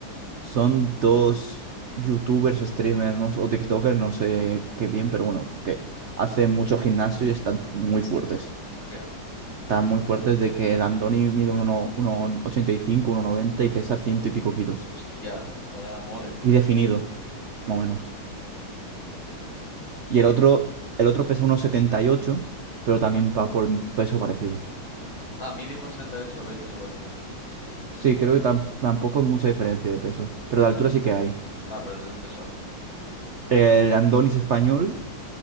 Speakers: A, on the right (about 85°); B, on the left (about 70°).
A: son
B: Hosti-
A: dos youtubers, streamers, no sé, o TikTokers, no sé qué bien, pero bueno, que hacen mucho gimnasio y están muy fuertes.
B: Hostia,
A: Están muy fuertes de que el Andoni mide 1,85, uno 1,90 y pesa ciento y pico kilos.
B: hostia, vaya mole tú,
A: Y
B: ¿no?
A: definido, más o menos.
B: ¿Y
A: Y
B: el
A: el
B: otro?
A: otro, el otro pesa uno setenta y ocho pero también va por peso parecido.
B: Ah, Medium 78 y ocho y peso parecido.
A: Sí, creo que tam- tampoco hay mucha diferencia de peso, pero
B: Pero,
A: de
B: en-
A: altura sí que hay.
B: ah, pero ¿de dónde son?
A: El Andoni es español